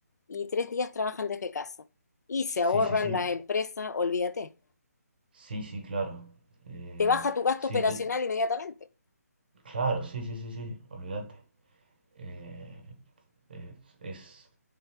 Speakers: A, on the left; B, on the right.
A: y tres días trabajan desde casa. Y se
B: sí,
A: ahorran
B: sí, sí,
A: las empresas, olvídate.
B: sí, sí, claro. Eh,
A: Te baja tu gasto
B: sí,
A: operacional
B: yo,
A: inmediatamente.
B: claro, sí, sí, sí, sí, olvídate. Eh, es, es